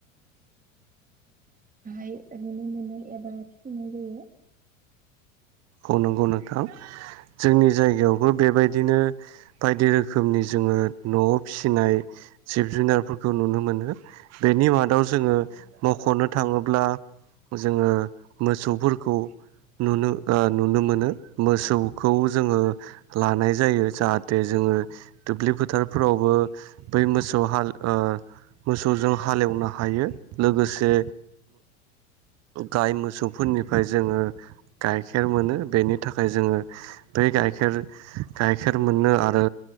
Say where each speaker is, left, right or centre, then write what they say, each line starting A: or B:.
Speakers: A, on the right; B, on the right.
A: <unintelligible> बेहाय ओरैनो मोनै एबा फिसिनाय जायो।
B: औ नंगौ नोंथां जोंनि जायगायावबो बेबाय दिनो बायदि रोखोमनि जोङो न'आव फिसिनाय जिब जुनारफोरखौ नुनो मोनो। बेनि मादाव जोङो मख'नो थाङोब्ला जोङो मोसौफोरखौ नुनो ओ नुनो मोनो मोसौखौ जोङो लानाय जायो जाहाथे जोङो दुब्लि फोथारफ्रावबो बै मोसौ हाल ओ मोसौजों हालेवनो हायो लोगोसे गाय मोसौफोरनिफ्राय जोङो गाय गाइखेर मोनो बेनि थाखाय जोङो बे गाइखेर गाइखेर मोनो आरो।